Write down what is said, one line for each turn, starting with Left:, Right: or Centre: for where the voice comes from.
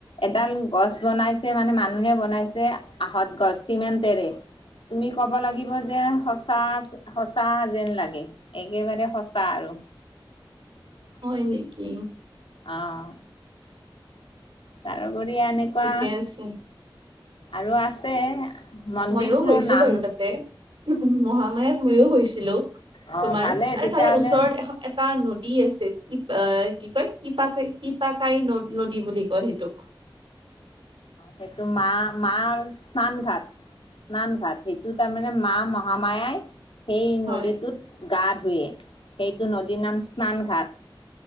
Left: এডাল গছ বনাইছে মানে মানুহে বনাইছে আহঁত গছ চিমেণ্টেৰে তুমি ক'ব লাগিব যেন সঁচা সঁচা যেন লাগে একেবাৰে সঁচা আৰু
Right: <inaudible> হয় নেকি?
Left: অঁ তাৰোপৰি এনেকুৱা
Right: ঠিকে আছে
Left: আৰু আছে মন্দিৰবোৰৰ
Right: ময়ো গৈছো
Left: নাম
Right: বাৰু তাতে মহামায়াত ময়ো গৈছো ছিলো
Left: অ
Right: তোমাৰ
Left: ভালেই
Right: আৰু
Left: তেতিয়াহ'লে
Right: তাৰে ওচৰত এ এটা নদী আছিল টিপ কি কয় টিপ টিপাকাই ন নদী বুলি কয় সেইটোক <inaudible>
Left: সেইটো মা-মাৰ স্নান ঘাট। স্নানঘাট সেইটো তাৰমানে মা মহামায়াই। সেই নদীটোত
Right: হয়
Left: গা ধোৱে, সেইটো নদীৰ নাম স্নান ঘাট।